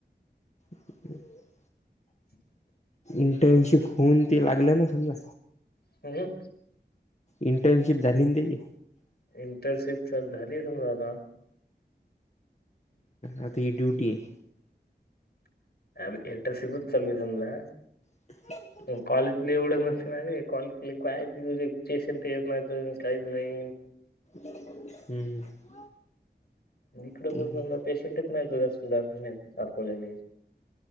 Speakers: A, on the left; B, on the left.
A: <unintelligible>
B: <unintelligible>
A: इंटर्नशिप होऊन ते लागलं ना समजा
B: म्हणजे.
A: इंटर्नशिप झाली न त्याची.
B: इंटर्नशिप चाल झाली समजा आता
A: आता ही ड्युटी हे.
B: अ इंटरनशिपच चालू आहे समजा
A: <inaudible>
B: कॉलेजला एवढं नसते ना रे कॉलेज काय चे ते टेन्शन नाही काहीच नाही
A: हम्म हम्म
B: इकडें
A: ठीक
B: बोल समजा
A: आहे
B: पेशंटच नाही <unintelligible> तो दवाखान्यात दाखवलेले